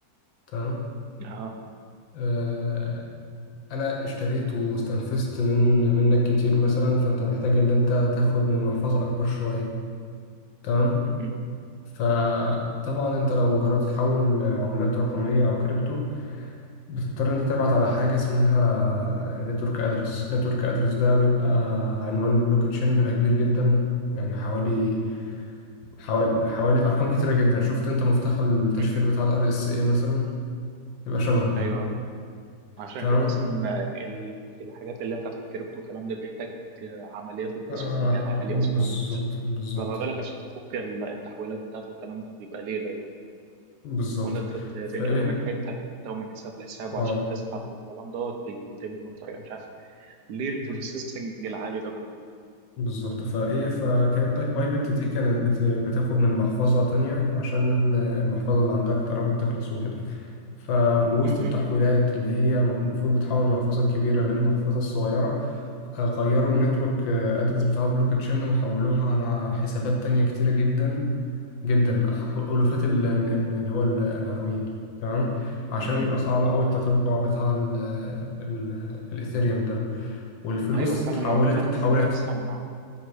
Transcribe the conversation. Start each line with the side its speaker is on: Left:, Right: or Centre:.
Left: تمام
Right: اه
Left: آه، انا اشتريت واستنفذت من منك كتير مثلا فانت محتاج ان انت تاخد من محفظة اكبر شوية تمام
Right: مهم.
Left: فطبعا انت لو جربت تحول عملات رقمية او كريبتو بتضطر انت تبعت على حاجة اسمها نتورك ادرس نتورك ادرس ده بيبقى عنوان البلوك تشين بيبقى كبير جدا يعني حوالي حوالي حوالي ارقام كتيرة جدا شفت انت مفتاح التشفير
Right: مهم.
Left: بتاع الار اس اي مثلا يبقى شبهه كده
Right: ايوه عشان
Left: تمام
Right: كده اصلا ال- الحاجات اللي هي بتاعت الكريبتو والكلام ده بيحتاج عمليات وبروسيسنج
Left: آه،
Right: عالي
Left: آه، بالظبط
Right: اصلا
Left: بالظبط
Right: فما بالك عشان تفك ال- التحويلات بتاعته والكلام ده بيبقى ليلة يعني
Left: بالظبط
Right: وان انت ت-
Left: فايه
Right: تنقله من حته لحته ومن حساب لحساب
Left: اه
Right: وعشان تسحب والكلام ده بيتم بطريقه مش عارف ليه البروسيسنج العالي ده كله
Left: بالظبط فايه فكانت باي- بايبت دي كانت بت- بتاخد من محفظة تانية عشان المحفظة اللي عندها كانت قربت تخلص وكده فوسط
Right: مهم.
Left: التحويلات اللي هي المفروض بتحول المحفظة الكبيرة للمحفظة الصغيرة آه، غيروا النتورك ادرس بتاع البلوك تشين وحولوها على حسابات تانية كتيرة جدا جدا أح- ألوفات ال- ال- اللي هو ال- العناوين تمام عشان
Right: مهم.
Left: يبقى صعب أوي التتبع بتاع ال ال الإيثيريوم ده والفلوس
Right: ايوه فعلا
Left: اتحولت
Right: العملات الرقميه
Left: اتحولت
Right: اصلا